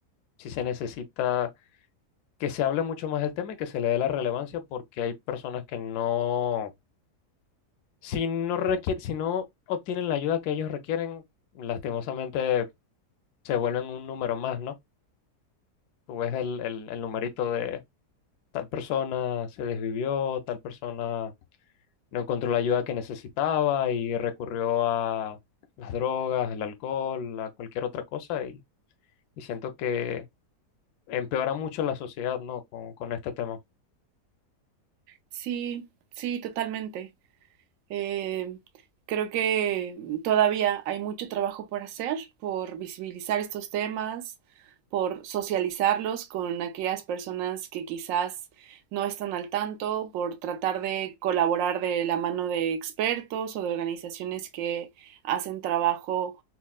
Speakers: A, on the left; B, on the right.
A: sí se necesita que se hable mucho más del tema y que se le dé la relevancia porque hay personas que no Si no requier- si no obtienen la ayuda que ellos requieren, lastimosamente se vuelven un número más, ¿no? Tú ves el, el, el numerito de tal persona se desvivió, tal persona no encontró la ayuda que necesitaba y recurrió a las drogas, el alcohol, a cualquier otra cosa y, y siento que empeora mucho la sociedad, ¿no? Con, con este tema.
B: Sí, sí, totalmente. Eh, creo que todavía hay mucho trabajo por hacer, por visibilizar estos temas, por socializarlos con aquellas personas que quizás no están al tanto, por tratar de colaborar de la mano de expertos o de organizaciones que hacen trabajo